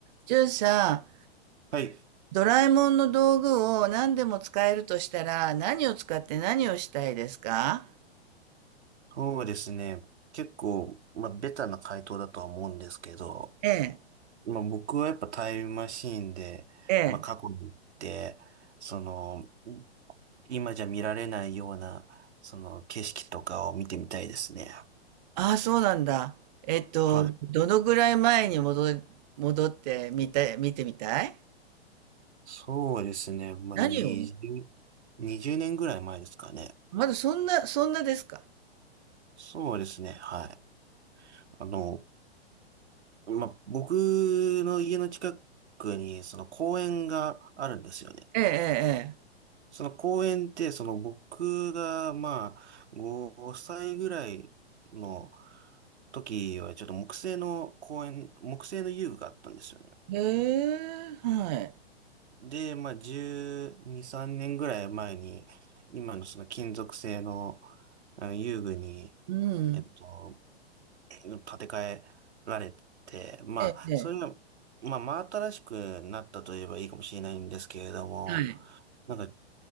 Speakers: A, on the right; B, on the right.
A: じュンさ
B: はい。
A: ん、ドラえもんの道具を何でも使えるとしたら、何を使って何をしたいですか
B: そうですね。結構、まあ、ベタな回答だとは思うんですけど、
A: ええ、
B: まあ、僕はやっぱタイムマシーンで、
A: ええ。
B: まあ、過去に行って、その、今じゃ見られないような、その、景色とかを見てみたいですね。
A: ああ、そうなんだ。えっと、
B: はい。
A: どのぐらい前に戻り、戻ってみたい、見てみたい
B: そうですね。まあ、
A: 何を
B: 20、20年ぐらい前ですかね。
A: まだそんな、そんなですか
B: そうですね。はい。あの、まあ、僕の家の近くに、その公園があるんですよね。
A: ええ、
B: その公園って、その僕が、まあ、5歳ぐらいの時は、ちょっと木製の公園、木製の遊具があったんですよね。
A: ええ、ええ。ええはい。
B: で、まあ、12、3年ぐらい前に、今のその金属製の、あの遊具に、
A: うん。
B: えっと、建て替えられて、まあ、
A: ええ、ええ。
B: それが、まあ、真新しくなったといえばいいかもしれないんですけれども、
A: はい。
B: なんか、